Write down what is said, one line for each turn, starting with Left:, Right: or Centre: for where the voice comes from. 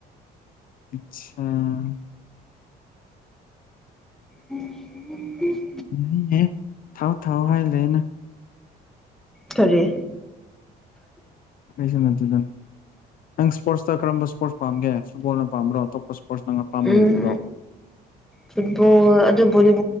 Left: ꯑꯆꯥꯥ
Centre: ꯎꯝꯝ
Left: ꯌꯥꯏꯍꯦ ꯊꯥꯎ ꯊꯥꯎ ꯍꯥꯏꯔꯦꯅ
Centre: ꯈꯔꯦ
Left: ꯁ ꯅꯆꯗ ꯅꯪ ꯏꯁꯄꯣꯔꯠꯁꯇ ꯀꯔꯝꯕ ꯏꯁꯄꯣꯔꯠꯁ ꯄꯥꯒꯦ ꯐꯠꯕꯜꯅ ꯄꯥꯝꯕ꯭ꯔꯣ ꯑꯇꯣꯞꯄ ꯏꯁꯄꯣꯔꯠ ꯅꯪꯅ ꯑꯄꯥꯝꯕ
Centre: ꯎꯝ
Left: ꯂꯩꯔꯤꯕ꯭ꯔꯣ
Centre: ꯐꯨꯠꯕꯣꯜ ꯑꯗꯨꯗꯣꯣ